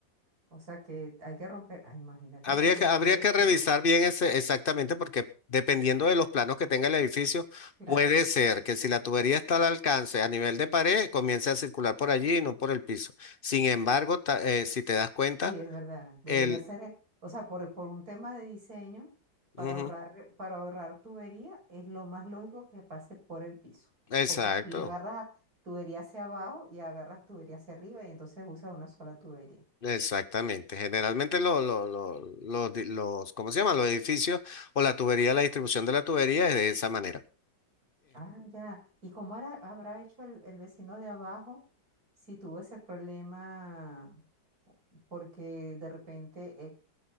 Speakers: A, on the right (about 50°); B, on the left (about 45°).
A: O sea que hay que romper, ah, imagínate
B: Habría
A: tú
B: que,
A: romper
B: habría
A: el
B: que
A: piso.
B: revisar bien ese exactamente porque dependiendo de los planos que tenga el edificio,
A: Claro.
B: puede ser que si la tubería está al alcance a nivel de pared, comience a circular por allí y no por el piso. Sin embargo, ta- eh, si te das cuenta,
A: Sí, es verdad. Debería
B: el...
A: ser, eh, o sea, por, por un tema de diseño, para
B: Ujú,
A: ahorrar, para ahorrar tubería, es lo más lógico que pase por el piso.
B: exacto,
A: Porque si agarras tubería hacia abajo y agarras tubería hacia arriba, y entonces usas una sola tubería.
B: exactamente. Generalmente lo- lo- lo- los, di- los, ¿cómo se llama? Los edificios o la tubería, la distribución de la tubería es de esa manera.
A: Ah, ya. ¿Y cómo hará- habrá hecho el, el vecino de abajo si tuvo ese problema? Porque de repente eh,